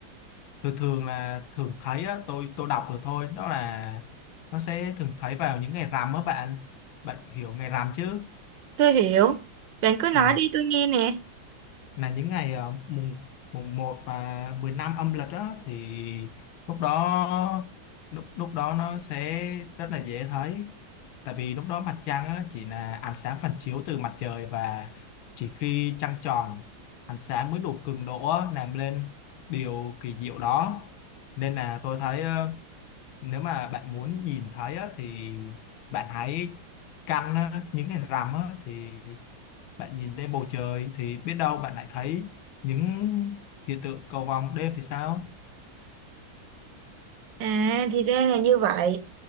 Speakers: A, on the left (about 80°); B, on the right (about 70°).
A: tôi thường là thường thấy á, tôi tôi đọc được thôi đó là nó sẽ thường thấy vào những ngày rằm á bạn bạn hiểu ngày rằm chứ
B: tôi hiểu bạn cứ
A: Ờ,
B: nói đi tôi nghe nè
A: là những ngày ờ, mùng mùng một và 15 âm lịch á thì lúc đó lúc, lúc đó nó sẽ rất là dễ thấy tại vì lúc đó mặt trăng á, chỉ là ánh sáng phản chiếu từ mặt trời và chỉ khi trăng tròn ánh sáng mới đủ cường độ á, làm lên điều kỳ diệu đó nên là tôi thấy nếu mà bạn muốn nhìn thấy á, thì bạn hãy căn á, những cái rằm á, thì bạn nhìn lên bầu trời thì biết đâu bạn lại thấy những hiện tượng cầu vồng đêm thì sao
B: à thì ra là như vậy